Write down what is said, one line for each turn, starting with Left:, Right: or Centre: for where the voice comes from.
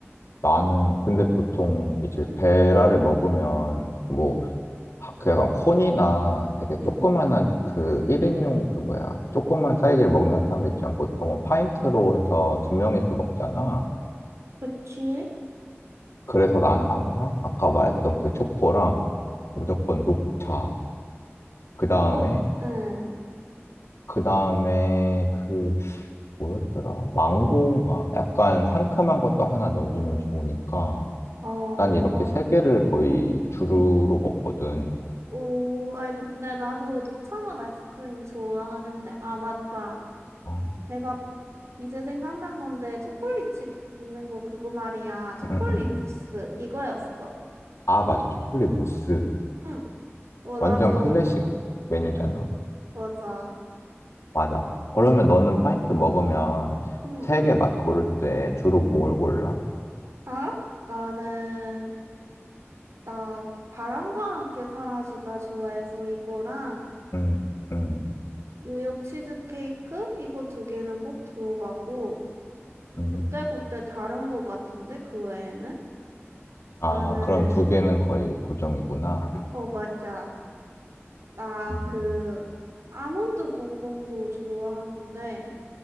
Left: 나는, 근데 보통 이제 베라를 먹으면 뭐, 하- 그 약간 콘이나 되게 조그만한
Right: 음,
Left: 그 1인용 그 뭐야, 조그만 사이즈를 먹는 사람들 있지만 보통은 파인트로 해서 두 명이서 먹잖아.
Right: 그치?
Left: 그래서 나는 항상 아까 말했던 그 초코랑 무조건 녹차. 그 다음에,
Right: 어, 어, 응.
Left: 그 다음에 그 뭐였더라? 망고인가? 약간 상큼한 것도 하나 넣어주면 좋으니까.
Right: 어,
Left: 난 이렇게 세 개를 거의 주루로 먹거든.
Right: 오, 아니 근데 나도 녹차 맛 아이스크림 좋아하는데. 아, 맞다.
Left: 어.
Right: 내가 이제 생각난 건데 초콜릿집 있는 거 그거 말이야. 초콜릿
Left: 음, 음, 음.
Right: 무스 이거였어.
Left: 아, 맞아. 초콜릿 무스.
Right: 응. 어
Left: 완전
Right: 나도
Left: 클래식 메뉴잖아.
Right: 아, 맞아.
Left: 맞아. 그러면 너는 파인트 먹으면
Right: 응.
Left: 세 개 맛 고를 때 주로 뭘 골라?
Right: 아? 나는 나 바람과 함께 사라지다 좋아해서 이거랑
Left: 음, 음,
Right: 뉴욕 치즈케이크 이거 두 개는 꼭 들어가고
Left: 음.
Right: 그때그때 다른 거 같은데 그 외에는
Left: 아,
Right: 나는
Left: 그럼 두 개는 거의 고정이구나.
Right: 어 맞아. 나
Left: 음.
Right: 그 아몬드 봉봉도 좋아하는데